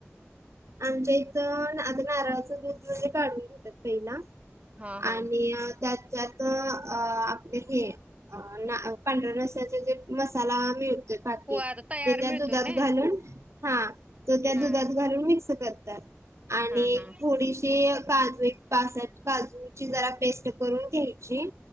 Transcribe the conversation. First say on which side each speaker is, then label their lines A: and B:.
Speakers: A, on the right; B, on the right.
A: आमच्या इथं आता नारळाचं दूध वगैरे काढून घेतात पहिला
B: हा हा
A: आणि त्यात ज्यात आपले हे पांढऱ्या रस्याचे जे मसाला मिळत - पाकीट
B: हो आता तयार
A: ते त्या
B: मिळतोय
A: दुधात
B: ना
A: घालून हा तो त्या
B: हा
A: दुधात घालून मिक्स करतात आणि
B: हा हा
A: थोडीशी काजू एक पासट काजूची जरा पेस्ट करून घ्यायची